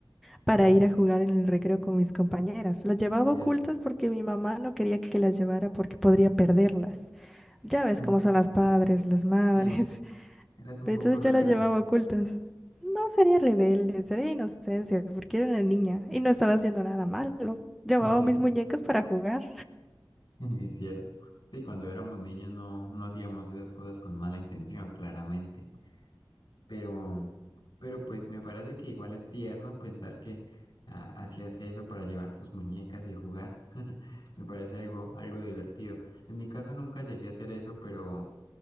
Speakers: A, in the centre; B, on the left.
A: para
B: <laughs>
A: ir a jugar en el recreo con mis compañeras. Las llevaba
B: Hacías,
A: ocultas porque mi mamá no quería que las llevara porque podría perderlas. Ya ves
B: <laughs>
A: cómo son las padres, las madres.
B: sí,
A: <laughs>
B: eras un
A: Pero
B: poco
A: entonces
B: rebelde,
A: yo las llevaba ocultas. No sería rebelde, sería inocencia, porque era una niña y no estaba haciendo nada malo. Llevaba
B: <laughs>
A: mis muñecas para jugar.
B: es cierto. Sí, cuando éramos niños no, no hacíamos esas cosas con mala intención, claramente. pero, pero pues me parece que igual es tierno pensar que ah, hacías eso para llevar tus muñecas y jugar. <laughs> Me parece algo, algo divertido. En mi caso nunca llegué a hacer eso, pero,